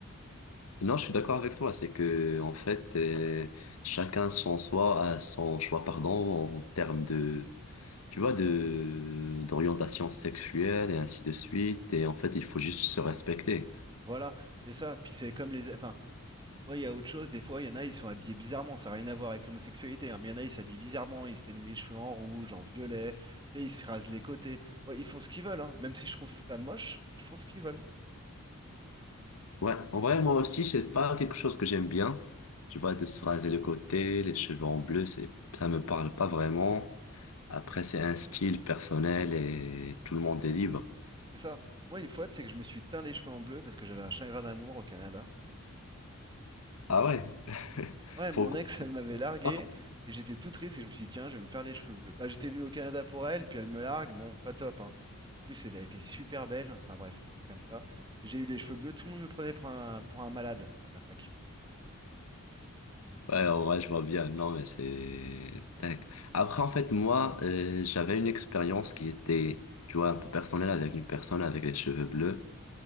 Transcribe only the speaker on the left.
Non, je suis d'accord avec toi. C'est que, en fait, euh, chacun son soi, a son choix, pardon, en termes de, tu vois, de, d'orientation sexuelle et ainsi de suite. Et en fait, il faut juste se respecter.
Ouais, en vrai, moi aussi, c'est pas quelque chose que j'aime bien. Tu vois, de se raser le côté, les cheveux en bleu, c'est, ça me parle pas vraiment. Après, c'est un style personnel et tout le monde est libre.
Ah ouais? <laughs>
Pourquoi
pas?
Ouais, en vrai, je vois bien. Non, mais c'est... tac. Après, en fait, moi, euh, j'avais une expérience qui était, tu vois, un peu personnelle avec une personne avec les cheveux bleus.